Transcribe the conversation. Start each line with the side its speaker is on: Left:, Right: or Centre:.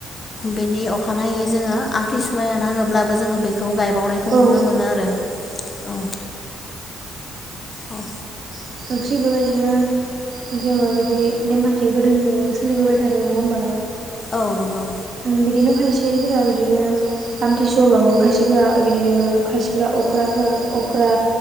Left: बेनि अखानायै जों आमथि सुवाया नाङोब्लाबो जोंओ बे खौ गायबावनायखौ
Right: औ
Left: नुनो मोनो आरो औ। औ
Right: <unintelligible> जेनेबा बिदि नेमखान्थिया गोदोनिफ्रायनो सोलिबोबाय थादों नङा होमबा?
Left: औ नंगौ।
Right: ओं बिदिनो खायसेफोरा बिदिनो आमथिसुवाबाबो खायसेफोरा बिदिनो खायसेफोरा अख्राफोर अख्रा